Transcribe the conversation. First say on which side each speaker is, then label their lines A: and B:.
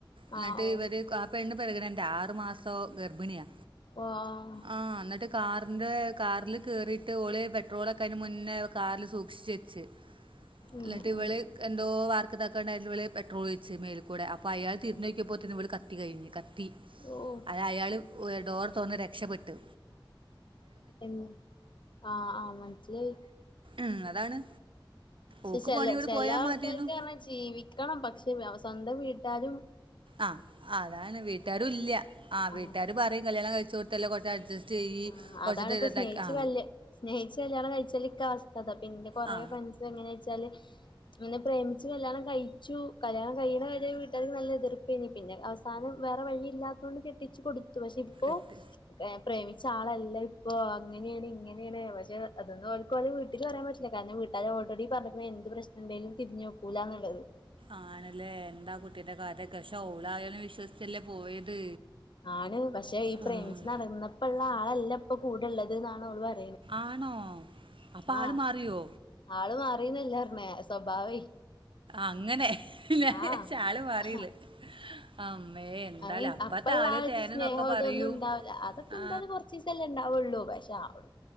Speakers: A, on the right (about 75°); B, on the left (about 65°).
A: എന്നിട്ട്
B: ആഹ്
A: ഇവര് ആ പെണ്ണ് പെറുഗ്നന്റ് ആറു മാസോ ഗർഭിണിയാ.
B: ഓഹ് ഓഹ്
A: ആഹ് എന്നിട്ട് കാ റിന്റെ കാറിൽ കേറിട്ട് ഓള് പെട്രോളൊക്ക അതിന് മുന്നേ കാറില് സൂക്ഷിച്ച് വെച്ച്.
B: ഉം
A: ഇല്ലട്ട്
B: ഉം
A: ഇവള് എന്തോ വാർത്ത <unintelligible> പെട്രോലോഴിച്ച് മേൽ. കൂടെ അപ്പോ അയാൾ തിരിഞ്ഞു നോക്കി ഇപ്പോത്തേക്ക് ഇവൾ കത്തി കഴിഞ്ഞ് കത്തി ത്തി
B: ഓഹ്
A: അത് അയാള് ഉയെ ഡോർ തുറന്നിട്. രക്ഷപ്പെട്ടു.
B: എ ആഹ് ആഹ് മനസിലായി.
A: ഉം അതാണ്.
B: പക്ഷെ
A: ഓക്ക്
B: ചില
A: പോണി ഇവിടെ
B: ചില
A: പോയാൽ
B: ആൾക്കാർക്ക്
A: മതിയെന്നു
B: പറാ ജീവിക്കണം പക്ഷെ സ്വന്തം വീട്ടിൽ. എല്ലാരും.
A: ആഹ് അതാണ് വീട്ടുകാരും ഇല്ല്യാ ആഹ്
B: അങ്ങനെ
A: വീട്ടുകാര് പറയും കല്യാണം കഴി ചൂർത്തെല്ല കെറച്ച് അഡ്ജസ്റ്റ്. ചെയ്യ്
B: ആ
A: കുറച്ച്
B: അതാണ് ഇപ്പോ
A: ഇതാക്കി
B: സ്നേഹിച്ച്
A: ആ
B: കല്യാ സ്നേഹിച്ച് കല്യാണം കഴിച്ചാലിക്കെ അവസ്ഥ ഇതാ പിന്നെ കൊറെ
A: ആ
B: ഫ്രണ്ട്സ് എങ്ങനെയൊ ന്നാല് അങ്ങനെ പ്രേമിച്ച് കല്യാണം കഴിച്ചു കല്യാണം കഴിയണ വരെ വീട്ടുകാർക്ക് നല്ല എതിർപ്പേരുന്നു പിന്നെ അവസാനം വേറെ വഴി ഇല്ലാത്തത കൊണ്ട് കെട്ടിച്ചു കൊടു ത്തു പക്ഷേ ഇപ്പോ.
A: എട്ട്
B: <unintelligible> പ്രേമി ച്ചാ ആളല്ല ഇപ്പോ അങ്ങനെയാണ് ഇങ്ങനെയാണ് പക്ഷേ അതൊന്നു ഓൾ ക്ക് വീട്ടിൽ പറയാൻ പറ്റില്ല കാരണംവീ ട്ടാര് ഓൾറെഡി പറഞ്ഞക്കണ് എന്ത് പ്രശ്നം ഉണ്ടേലും തിരിഞ്ഞു നോക്കൂലന്നുള്ളത്.
A: ആണല്ലേ എന്താ കുട്ടീന്റെ കഥ ഒക്ക പക്ഷെ ഓളയാളെ വിശ്വസിച്ചല്ലേ പോയത്
B: ആണ് പക്ഷെ ഈ പ്രേമിച്ചച്ച്
A: ആ
B: നടന്നപ്പോ ഉള്ള ആളല്ല ഇപ്പൊ കൂടെള്ള <unintelligible>
A: ആണോ അപ്പൊ ആള്
B: ആഹ
A: മാറിയോ?
B: ആള് മാറീ മാറീ ന്നല്ലന്നേ സ്വഭാവേ
A: അങ്ങനെ ഞാൻ വിചാരിച്ച്
B: ആഹ
A: ആള് മാറീന്ന്. അമ്മേ! എന്താല്ലേ
B: മീൻസ് അപ്പ
A: താല്
B: ഉള്ള ആച്ച്
A: തേന്ന്നൊക്കെ
B: സ്നേഹം അതൊന്നും
A: പറയും.
B: ഉണ്ടാവില്ല അതൊക്കെ
A: ആ.
B: എന്തായാലും കുറച്ചു ദി സല്ലേ ഉണ്ടാവുള്ളൂ പക്ഷേ ആള്ളൂ